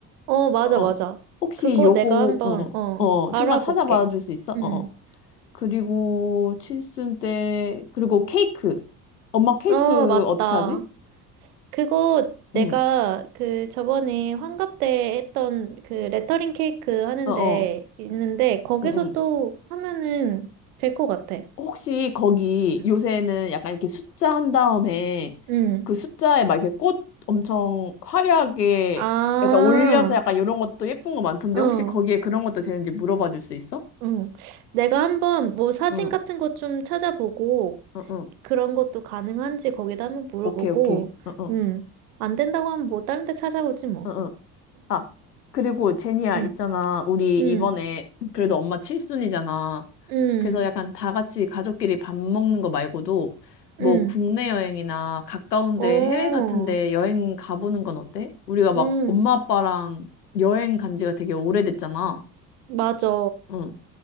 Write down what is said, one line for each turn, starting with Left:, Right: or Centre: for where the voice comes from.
Right: 어, 맞아,
Left: 어,
Right: 맞아.
Left: 혹시
Right: 그거
Left: 요거,
Right: 내가 한번
Left: 어,
Right: 어
Left: 어,
Right: 알아볼게.
Left: 좀만 찾아봐 줄 수 있어?
Right: 응.
Left: 어. 어. 그리고 칠순 때, 그리고 케이크. 엄마 케이크
Right: 어, 맞다.
Left: 어떻게 하지?
Right: 그거 내가
Left: 응,
Right: 그 저번에 환갑 때 했던 그 레터링 케이크 하는데
Left: 어, 어,
Right: 있는데 거기서
Left: 응, 응.
Right: 또 하면은 될 것 같아.
Left: 혹시 거기
Right: 음.
Left: 요새는 약간 이렇게 숫자 한 다음에
Right: 응.
Left: 그 숫자에 막 이렇게 꽃 엄청 화려하게
Right: 아,
Left: 약간 올려서 약간 이런 것도 예쁜 거 많던데
Right: 어,
Left: 혹시
Right: 어,
Left: 거기에 그런 것도 되는지 물어봐 줄 수 있어?
Right: 응. 내가 한번 뭐 사진
Left: 응,
Right: 같은 거 좀 찾아보고
Left: 응, 응.
Right: 그런 것도 가능한지 거기다 한번 물어보고,
Left: 오케이, 오케이. 응, 응,
Right: 응. 안 된다고 하면 뭐 다른 데 찾아보지 뭐.
Left: 응, 응. 아, 그리고 제니야,
Right: 응,
Left: 있잖아. 우리
Right: 응,
Left: 이번에 그래도 엄마 칠순이잖아.
Right: 응,
Left: 그래서 약간 다 같이 가족끼리 밥 먹는 거 말고도 뭐
Right: 응.
Left: 국내 여행이나 가까운데
Right: 어,
Left: 해외 같은데 여행 가보는 건 어때? 우리가 막
Right: 응,
Left: 엄마 아빠랑 여행 간 지가 되게 오래됐잖아.
Right: 맞아.
Left: 응,